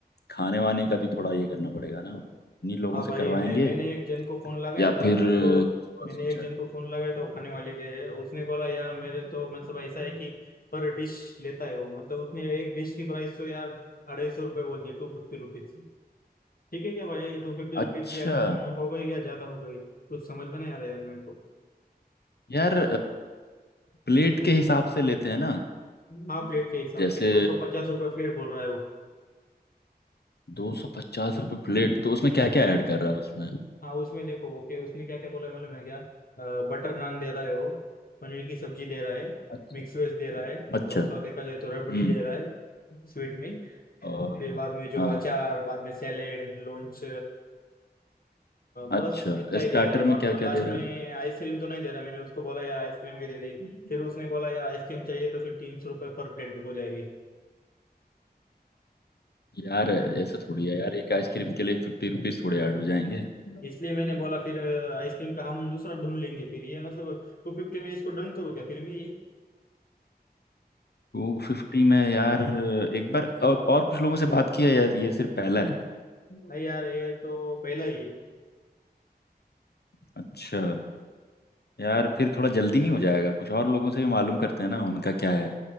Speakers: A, on the left; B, on the left.
A: खाने वाने का भी थोड़ा ये करना पड़ेगा ना इन्हीं लोगों
B: हाँ
A: से
B: भाई
A: करवाएंगे
B: मैं मैंने एक जन को फोन लगाया
A: या
B: था
A: फिर
B: मेरे
A: अ,
B: को
A: कुछ और
B: मैंने
A: सोचा
B: एक जन
A: है
B: को फोन लगाया था वो खाने वाले के है उसने बोला यार मेरे तो मतलब ऐसा है कि पर डिश लेता है वो मतलब उसने एक डिश की प्राइस तो यार अढ़ाई सौ रुपये बोल दिए टू फिफ्टी रुपीज ठीक है क्या भाई टू फिफ्टी रुपीज
A: अच्छा
B: क्या कम हो गई या ज्यादा हो गई कुछ समझ में नहीं आ रहा है यार मेरे को
A: यार प्लेट के हिसाब से लेते हैं ना
B: हाँ प्लेट के हिसाब
A: जैसे
B: से दो सौ पचास रुपये प्लेट बोल रहा है वो
A: दो सौ पचास रुपये प्लेट तो उसमें क्या क्या ऐड कर रहा है उसमें
B: हाँ उसमें देखो ओके उसने क्या क्या बोला मालूम है क्या बटर नान दे रहा है वो पनीर की सब्जी दे रहा है
A: अच्छा
B: मिक्स वेज दे रहा है
A: अच्छा
B: और तो और देखा जाए तो रबड़ी
A: हम्म
B: दे रहा है स्वीट में
A: और
B: फिर बाद में जो
A: हाँ
B: अचार
A: हाँ,
B: बाद में सैलेड लॉन्च बस
A: अच्छा
B: इतना
A: स्टार्टर
B: ही दे रहा है और
A: में क्या
B: तो और
A: क्या
B: लास्ट
A: दे रहा
B: में
A: है
B: आइसक्रीम तो नहीं दे रहा मैंने उसको बोला यार आइसक्रीम भी दे दे फिर उसने बोला यार आइसक्रीम चाहिए तो फिर तीन सौ रुपये पर प्लेट हो जाएगी
A: यार ऐसा थोड़ी है यार एक आइसक्रीम के लिए फिफ्टी रुपीज थोड़े ऐड हो जाएंगे
B: इसलिए मैंने बोला फिर आइसक्रीम का हम दूसरा ढूंढ लेंगे फिर ये मतलब टू फिफ्टी में इसको डन करूँ क्या फिर मैं ये
A: टू फिफ्टी में यार एक बार और और कुछ लोगों से बात किया है यार ये सिर्फ पहला है
B: नहीं यार ये तो पहला ही है
A: अच्छा यार फिर थोड़ा जल्दी नहीं हो जाएगा कुछ और लोगों से भी मालूम करते हैं ना उनका क्या है